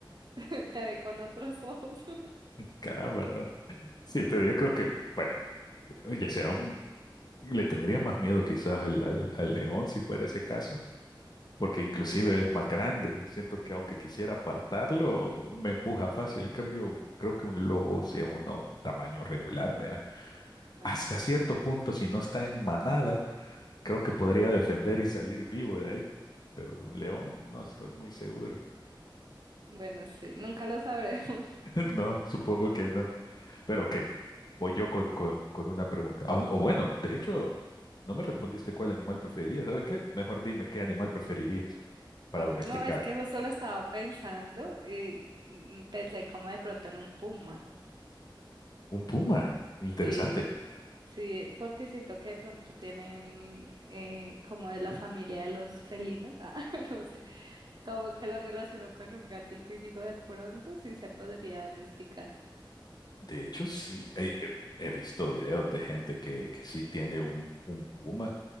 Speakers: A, on the right; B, on the left.
A: <laughs> Te ve con otros ojos. <laughs>
B: caramba, no. Sí, pero yo creo que, bueno, ya sea un, le tendría más miedo quizás al, al, al león si fuera ese caso, porque inclusive es más grande. Siento que aunque quisiera apartarlo, me empuja fácil. En cambio, creo que un lobo, si es uno tamaño regular, vea,
A: Bueno,
B: hasta
A: sí,
B: cierto punto, si no está en manada, creo que podría defender y salir vivo de ahí. Pero de un león no estoy muy seguro.
A: bueno, sí, nunca lo sabremos.
B: <laughs> No, supongo que no. Pero ok, voy yo con, con, con una pregunta. Ah, O bueno, de hecho, no me respondiste cuál animal preferirías. ¿Sabes qué? Mejor dime qué animal preferirías para
A: Eh,
B: domesticar.
A: No, es que justo lo estaba pensando y mm, pensé como de pronto en un puma.
B: Un puma.
A: Sí,
B: Interesante.
A: sí, porque siento que de pronto tienen eh, como de la familia de los felinos, ah, <laughs> no sé, como que lo relaciono con un gatico y digo de pronto sí se podría domesticar.
B: De hecho, sí. He, he- he visto videos de gente que, que sí tiene un, un puma.